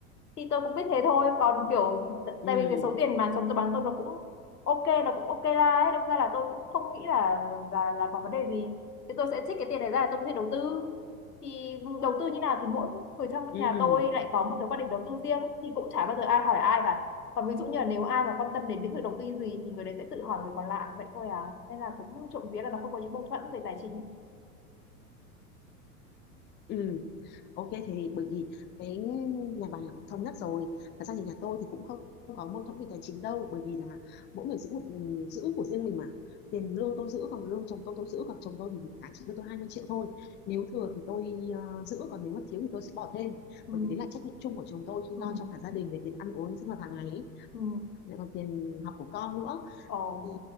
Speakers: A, on the left; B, on the left.
A: thì tôi cũng biết thế thôi còn kiểu t-
B: ừ
A: tại vì cái số tiền mà chồng tôi bán tôi nó cũng ok nó cũng ok ra ấy đâm ra là tôi cũng không nghĩ là là là có vấn đề gì thì tôi sẽ trích cái tiền này ra để tôi có thể đầu tư thì đầu tư như nào thì mỗi người trong
B: ừ
A: nhà tôi lại có một cái quan điểm đầu tư riêng thì cũng chả bao giờ ai hỏi ai cả còn ví dụ như là nếu ai mà quan tâm đến lĩnh vực đầu tư gì thì người đấy sẽ tự hỏi người còn lại vậy thôi à nên là cũng trộm vía là nó không có những mâu thuẫn về tài chính
B: Ừ. Ok thì bởi vì cái nhà bà là cũng thống nhất rồi. Thật ra thì nhà tôi thì cũng không, không có mâu thuẫn về tài chính đâu bởi vì là mỗi người giữ một giữ của riêng mình mà. Tiền lương tôi giữ còn lương chồng tôi tôi giữ còn chồng tôi thì một tháng chỉ đưa tôi 20 triệu thôi. Nếu thừa thì tôi ờ, giữ còn nếu mà thiếu thì tôi sẽ bỏ thêm.
A: ừ.
B: Bởi vì đấy là trách nhiệm chung của chồng tôi khi
A: Ừ.
B: lo cho cả gia đình về tiền ăn uống sinh hoạt hàng ngày
A: Ừ.
B: lại còn tiền học của con nữa
A: Ồ,
B: thì